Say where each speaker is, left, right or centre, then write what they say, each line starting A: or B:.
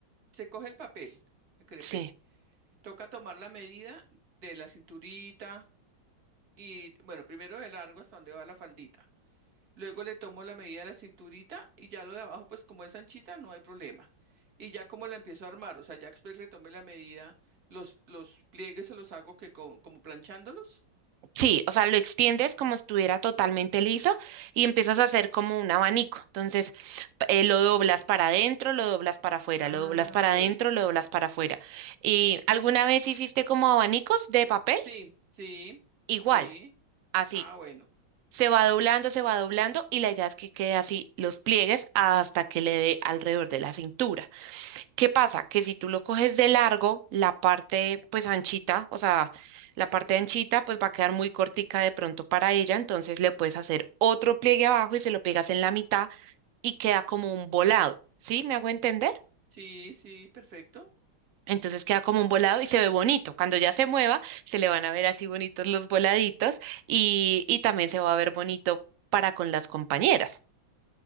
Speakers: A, on the right; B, on the right.
A: Se coge el papel, el crepé.
B: sí.
A: Toca tomar la medida de la cinturita y, bueno, primero de largo hasta donde va la faldita. Luego le tomo la medida de la cinturita y ya lo de abajo, pues como es anchita, no hay problema. Y ya como la empiezo a armar, o sea, ya después le tomé la medida, los, los pliegues se los hago que co- como planchándolos.
B: Sí, o sea, lo extiendes como si estuviera totalmente liso y empiezas a hacer como un abanico. Entonces, p- eh, lo doblas para adentro, lo doblas para afuera,
A: Ah,
B: lo doblas para
A: ok.
B: adentro, lo doblas para afuera. ¿Y alguna vez hiciste como abanicos de papel?
A: Sí, sí,
B: Igual,
A: sí.
B: así.
A: Ah, bueno.
B: Se va doblando, se va doblando y la idea es que quede así los pliegues hasta que le dé alrededor de la cintura. ¿Qué pasa? Que si tú lo coges de largo, la parte pues anchita, o sea, la parte anchita pues va a quedar muy cortica de pronto para ella, entonces le puedes hacer otro pliegue abajo y se lo pegas en la mitad y queda como un volado, ¿sí? ¿Me hago entender?
A: Sí, sí, perfecto.
B: Entonces queda como un volado y se ve bonito. Cuando ya se mueva, se le van a ver así bonitos los voladitos y, y también se va a ver bonito para con las compañeras.